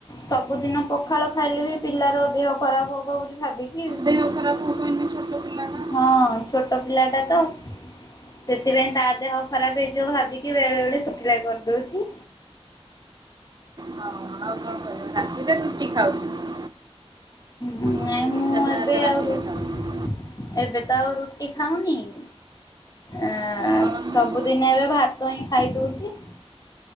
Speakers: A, on the left; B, on the right.
A: ସବୁଦିନ ପଖାଳ ଖାଇଲେ ବି ପିଲାର ଦେହ ଖରାପ ହବ ବୋଲି ଭାବିକି,
B: ଦେହ ଖରାପ ହବ ଏଇନେ ଛୋଟ ପିଲାଟା।
A: ହଁ ଛୋଟ ପିଲା ଟା ତ ସେଥିପାଇଁ ତା ଦେହ ଖରାପ ହେଇଯିବ ଭାବିକି ବେଳେ ବଳେ ଶୁଖିଲା କରି ଦଉଛି।
B: ହଁ ଆଉ କଣ ରାତିରେ ରୁଟି ଖାଉଥିବ?
A: ହୁଁ ନାଇଁ
B: ରୁଟି
A: ମୁଁ
B: ପିଠା ଯାହା
A: ଏବେ
B: ହେଲେ
A: ଆଉ
B: ରାତିରେ
A: ରୁ-ଏବେ
B: ଖାଉଥିବ
A: ତ ଆଉ ରୁଟି ଖାଉନି। ଏ, ଅଁ,
B: ଗରମ
A: ସବୁଦିନ
B: ଭାତ
A: ଏବେ ଭାତ ହିଁ ଖାଇ ଦଉଛି।